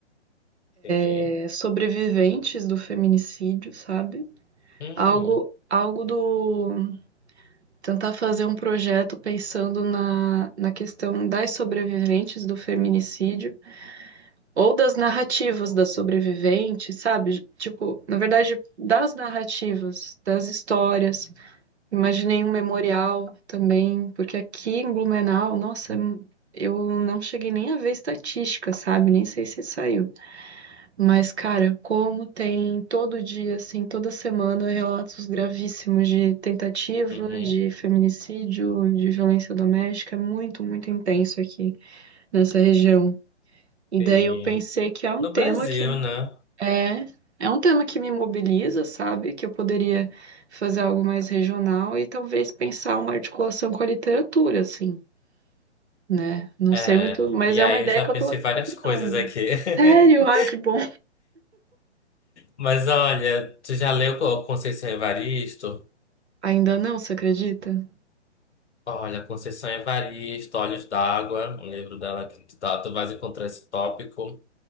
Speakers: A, on the left; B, on the right.
A: Sim.
B: eh, sobreviventes do feminicídio, sabe?
A: Uhum.
B: Algo, algo do tentar fazer um projeto pensando na, na questão das sobreviventes do feminicídio ou das narrativas
A: Hum.
B: das sobreviventes, sabe? Tipo, na verdade, das narrativas, das histórias. Imaginei um memorial também, porque aqui em Blumenau, nossa, eu não cheguei nem a ver estatística, sabe? Nem sei se saiu. Mas, cara, como tem todo dia, assim, toda semana, relatos gravíssimos de tentativa,
A: Uhum.
B: de feminicídio, de violência doméstica, é muito, muito intenso aqui nessa região. E
A: Sim.
B: daí eu pensei que é um
A: No
B: tema
A: Brasil,
B: que
A: né?
B: é, é um tema que me mobiliza, sabe? Que eu poderia fazer algo mais regional e talvez pensar uma articulação com a literatura, assim, né? Não
A: É.
B: sei muito, mas
A: E
B: é
A: aí
B: uma ideia
A: eu já
B: que
A: pensei
B: eu tô
A: várias
B: criando.
A: coisas aqui.
B: Sério? Ai,
A: <laughs>
B: que bom.
A: Mas olha, tu já leu o Conceição Evaristo?
B: Ainda não, você acredita?
A: Olha, Conceição Evaristo, Olhos d'Água, um livro dela que tu, tá, tu vais encontrar esse tópico.